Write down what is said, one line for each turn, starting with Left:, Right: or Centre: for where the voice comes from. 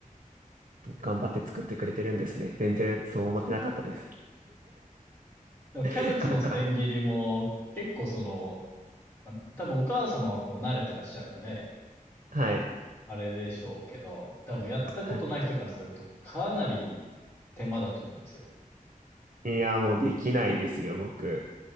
Right: 頑張って作ってくれてるんですね。
Left: そうですね。
Right: 全然そう思ってなかったです。
Left: でもキャベツの千切りも、
Right: <laughs> かか
Left: 結構その、あ多分お母様はこう慣れてらっしゃるんで、
Right: はい。
Left: あれでしょうけど、多分やったことない人からすると、
Right: はい。
Left: かなり手間だと思うんですよ。
Right: いや、もうできないですよ、僕。